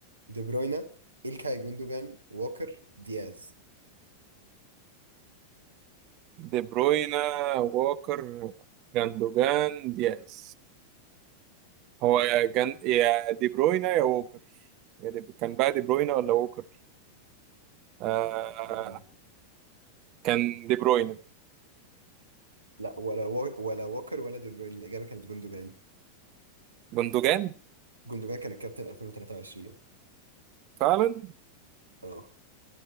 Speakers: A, on the right; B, on the right.
A: دي بروينا إلكاي جوندوجان ووكر دياز
B: دي بروينا ووكر جاندوجان دياز هو يا جن... يا دي بروينا يا ووكر يا دي... كان بقى دي بروينا ولا ووكر آه...
A: مم.
B: كان دي بروينا
A: لا ولا و... ولا ووكر ولا دي بروين الإجابة كانت جوندوجان
B: جندوجان
A: جوندوجان كان الكابتن 2023
B: فعلا
A: اه